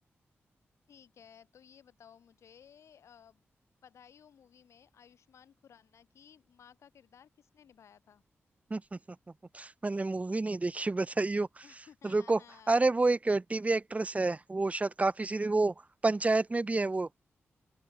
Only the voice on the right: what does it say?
<laughs> मैंने मूवी नहीं देखी बताइयो
रुको अरे वो एक टीवी एक्ट्रेस है वो शायद काफी सीरी वो पंचायत में भी है वो